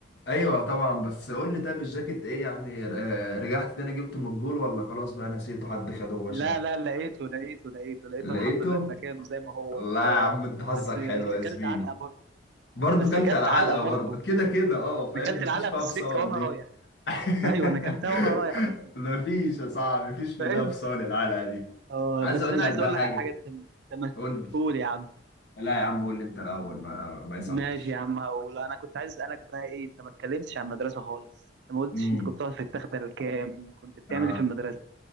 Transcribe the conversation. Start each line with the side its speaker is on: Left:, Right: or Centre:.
Left: ايوه طبعا بس قول لي طب الجاكيت ايه يعني آه، رجعت تاني جبته من الجول ولا خلاص بقى نسيته حد خده ومشى
Right: لا لا لقيته لقيته لقيته لقيته
Left: لقيته
Right: الحمد لله في مكانه زي ما هو
Left: لا يا
Right: اه
Left: عم انت حظك
Right: بس بس
Left: حلو يا زميلي
Right: كلت علقه برضه
Left: برضه
Right: بس
Left: كلت
Right: كلت
Left: على العلقه
Right: علقه برضه
Left: برضه كده كده اه فاهم
Right: انا كلت
Left: مفيش
Right: العلقه
Left: فيها
Right: في السكه
Left: فصال
Right: وانا
Left: دي
Right: رايح
Left: <laughs>
Right: ايوه انا كلتها وانا رايح <laughs>
Left: مفيش يا صاحبي مفيش في
Right: فاهم
Left: الله فصال العلقه دي
Right: اه
Left: عايز
Right: بس
Left: اقول
Right: انا
Left: لك
Right: عايز
Left: بقى
Right: اقول
Left: حاجه
Right: لك على حاجه تم- تم-
Left: قول
Right: قول يا عم
Left: لي لا يا عم قول لي انت الاول ما ما يصحش
Right: ماشي يا عم هقول انا كنت عايز اسالك بقى ايه انت ما اتكلمتش عن المدرسه خالص انت ما قلتش
Left: امم
Right: انت كنت واقف في التخته الكام كنت بتعمل
Left: آه.
Right: ايه في المدرسه